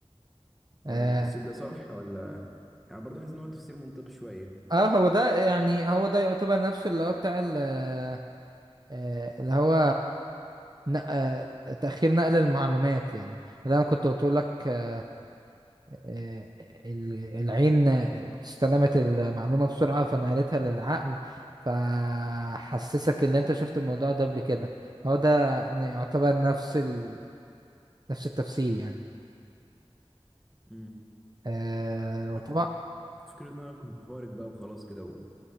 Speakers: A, on the right; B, in the centre.
A: اه
B: هو التفسير ده صح ولا يعني برضه حاسس إن هو تفسير منطقي شوية
A: اه آه، هو ده يعني هو ده يعتبر نفسه اللي هو بتاع ال- آه، آه، اللي هو نق... تأخير نقل المعلومات يعني اللي أنا كنت قلت لك آه، آه، ال- العين استلمت المعلومة بسرعة فنقلتها للعقل فحسسك اللي أنت شفت الموضوع ده قبل كده هو ده يعتبر نفس ال... نفس التفسير يعني
B: امم
A: آه، وطبعا
B: أنا كنت فاكر إن أنا كنت خارج بقى وخلاص كده و...